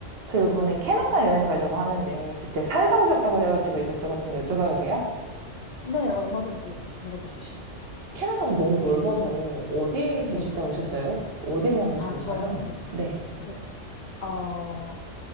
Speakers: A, on the right; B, on the left.
A: 저 이번에 캐나다 여행 가려고 하는데 그때 살다 오셨다고 해가지고 이것저것 좀 여쭤봐도 돼요?
B: 네, 얼마든지 물어보십시오.
A: 캐나다가 너무 넓어서 어디
B: 네.
A: 계시다 오셨어요? 어디로 가는 게
B: 아,
A: 좋을까요?
B: 저는
A: 네.
B: 그, 어,